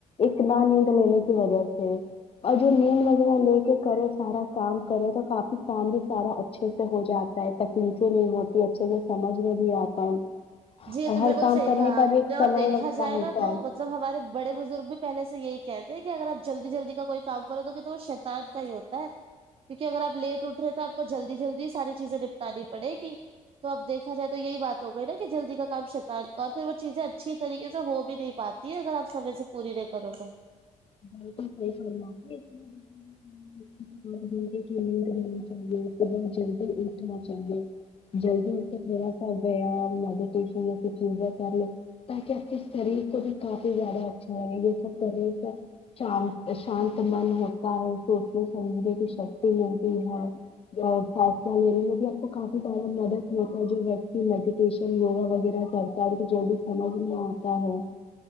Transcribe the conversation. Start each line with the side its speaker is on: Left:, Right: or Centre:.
Left: اتنا نیند لینے کی وجہ سے اور جو نیند اگر وہ لے کے کرے سارا کام کرے تو کافی کام بھی سارا ا چھے سے ہو جاتا ہے تکلیفیں نہیں ہوتی اچھے سے سمجھ میں بھی آتا ہے
Right: جی یہ
Left: اور
Right: تو
Left: ہر
Right: بالکل
Left: کام
Right: صحیح
Left: کرنے
Right: کہا
Left: کا
Right: آپ
Left: بھی ایک
Right: نے اور
Left: سمے
Right: دیکھا
Left: وغیرہ
Right: جائے
Left: ہوتا
Right: نا تو
Left: ہے
Right: مط لب ہمارے بڑے بزرگ بھی پہلے سے یہی کہتے ہیں کہ اگر آپ جلدی جلدی کا کوئی کام کرو گے تو وہ شیطان کا ہی ہوتا ہے کیونکہ اگر آپ لیٹ اٹھ رہے ہیں تو آپ کو جلدی جلدی ساری چیزیں نپٹانی پڑے گی تو اب دیکھا جائے تو یہی بات ہو گئی نہ کہ جلدی کا کام شیطان کا اور پھر وہ چیزیں اچھی طریقے سے ہو بھی نہیں پاتی ہے اگر آپ سمے سے پوری نہیں کرو تو
Left: بالکل صحیح فرمایا <unintelligible> <unintelligible> نیند لینے کے لیے تمہیں چاہیے تمہیں جلدی اٹھنا چاہیے جلدی اٹھ کے تھوڑا سا دھیان میڈیٹیشن ایسی چیزیں کرلو تاکہ آپ کے شریر کو بھی کافی زیادہ اچھا ہے یہ سب کرنے کا شانت شانت من ہوتا ہے سوچنے سمجھنے کی شکتی ملتی ہے جو فیصلہ لینے میں بھی آپ کو کافی زیادہ مدد ہوتا ہے جو ویکتی میڈیٹیشن یوگا وغیرہ کرتا ہے تو جو بھی سمجھ میں آتا ہے